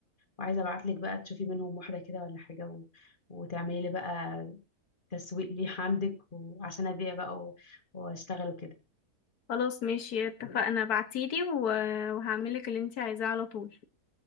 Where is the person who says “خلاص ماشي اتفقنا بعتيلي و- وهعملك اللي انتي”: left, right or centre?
Left